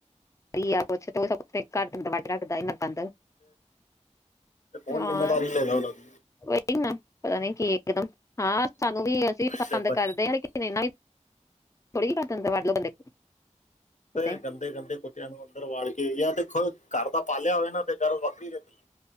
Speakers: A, on the left (about 25°); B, on the left (about 80°).
A: <inaudible>
B: ਕੋੌਣ
A: ਹਾਂ
B: ਜਿੰਮੇਦਾਰੀ ਲੇਗਾ ਉਨ੍ਹਾਂ ਦੀ?
A: ਉਹੀ ਨਾ ਪਤਾ ਨੀ ਕੀ ਇਕਦਮ। ਹਾਂ ਸਾਨੂੰ ਵੀ ਅਸੀਂ ਪਸੰਦ
B: ਤੇ ਬੱਚੇ
A: ਕਰਦੇ ਹ ਨਾਲ ਥੋੜੀ ਵ ਬੰਦੇ ਕੁੱਤੇ
B: ਤੇ ਗੰਦੇ -ਗੰਦੇ ਕੁੱਤਿਆਂ ਨੂੰ ਅੰਦਰ ਵੜ ਕੇ। ਜਾ ਦੇਖੋ, ਘਰ ਦਾ ਪਾਲਿਆ ਹੋਵੇ ਨਾ ਤੇ ਗਰ ਵੱਖਰੀ ਹੋਂਦੀ।